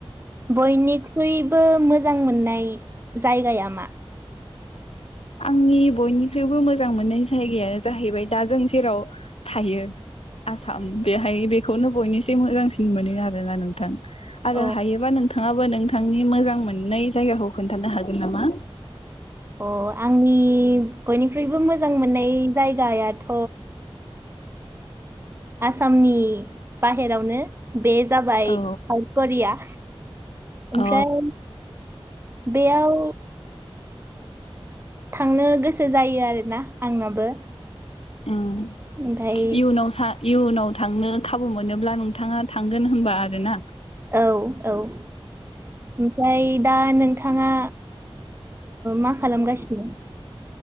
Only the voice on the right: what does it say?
बयनिक्रुइ बो मोजां मोननाय जायगाया मा
अ
अ आंनि बयनिख्रुइबो मोजां मोननाय जायगायाथ' आसामनि बाहेरावनो बे जाबाय
हाइ करिया ओमफ्राय
बेयाव थांनो गोसो जायो आरोना आंनाबो
ओमफाय
औ औ ओमफ्राय दा नों नोंथाङा मा खालामगासिनो